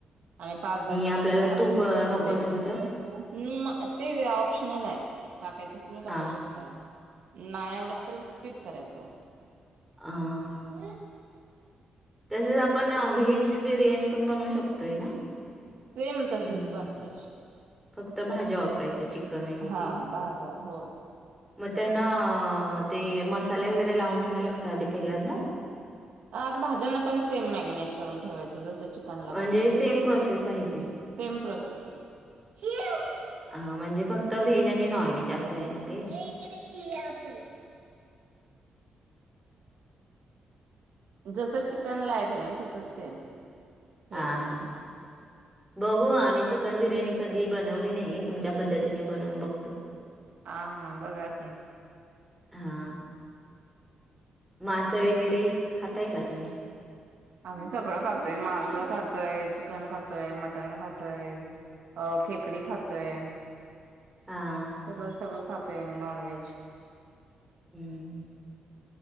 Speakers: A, on the right; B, in the centre.
A: आणि पाच दहा मिनटं
B: आपल्याला
A: जरा
B: तूप
A: शिजू
B: नको
A: द्यायचं
B: असेल तर
A: अम्म, ते ऑप्शनल आहे टाकायचं असलं तर टाकू
B: हा.
A: शकता नाय आवडत तर स्किप करायचं.
B: आं.
A: उं हूं.
B: तसेच आपण व्हेज बिर्याणी, पण बनवू शकतोय ना?
A: सेम तशीच
B: म्हणजे
A: बनवायची.
B: फक्त भाज्या वापरायच्या चिकनऐवजी.
A: हा भाज्या होय.
B: मग त्यांना ते मसाले वगैरे लावून ठेवायं लागतंय, आधी पहिल्यांदा?
A: आत भाज्यांना पण सेम मॅगिनेट करून ठेवायचं जसं चि कनला
B: म्हणजे
A: बनवते
B: सेम
A: तसं
B: प्रोसेस
A: सेम
B: आहे ती
A: प्रोसेस. हे ईवू.
B: हा म्हणजे फक्त व्हेज आणि नॉन व्हेज, असं हे ना ते.
A: ये इकडे खेळुया आपण. जसं चिकन ला आहे का नाही तसंच सेम. व्हेजला
B: हां हां. बघू आम्ही चिकन बिर्याणी, कधी बनवली नाही. तुमच्या पद्धतीने बनवून बघतो.
A: हा हा, बघा की.
B: हां. मासं वगैरे खाताय का तुम्ही?
A: आम्ही सगळं खातोय, मासं खातोय, चिकन खातोय, मटण खातोय. अं खेकडे खातोय.
B: आ
A: सगळं सगळं खातोय, आम्ही नॉनव्हेज.
B: हम्म